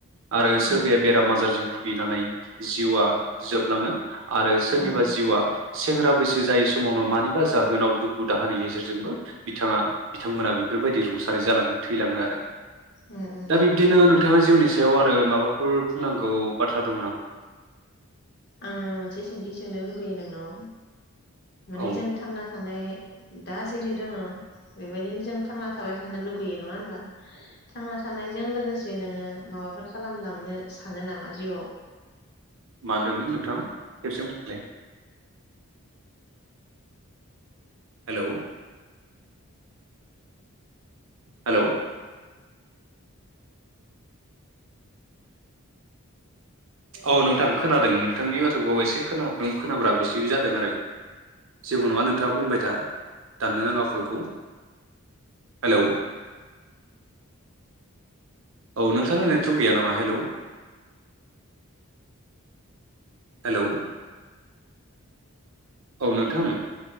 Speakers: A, on the right; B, on the left.
A: आरो
B: उम
A: सोरबाया बेराम आजारजों भुगिनानै जिउआ जोबलाङो आरो सोरनिबा
B: उम
A: जिउआ सेंग्रा बैसो जायै समाव मानिबा जाहोनाव दुखु दाहानि गेजेरजोंबो बिथाङा बिथांमोना बेफोरबायदि रुंसारि जालांनो थैलाङो आरो।
B: उम
A: दा बिब्दिनो नोंथाङा जिउनि साय याव आरो माबाफोर बुंनांगौ बाथ्रा दङ नामा?
B: आङो मोनसे सोंथि सोंनो लुगैयो नोंनाव। माने
A: औ
B: जों थांना थानाय दा जेरै दोङो बेबायदिनो जों थांना थाबाय थ थानो लुगैयो नङा होनबा? थांना थानायजों लोगोसे जे नोङो माबाफोर खालामलांनो सानो नामा जिउआव?
A: मादोंलै नोंथां खेबसे होनफिनलाय। हेलौ। हेलौ। औ नोंथां खोनादों नोंथांनि बाथ्राखौ एसे खोनादों खोनाब्राब एसे जादों आरो। जेबो नङा नोंथाङा बुंबाय था दाननो नाङा कलखौ। हेलौ औ नोंथांना नेटवर्क गैया नामा? हेलौ। हेलौ। औ नोंथां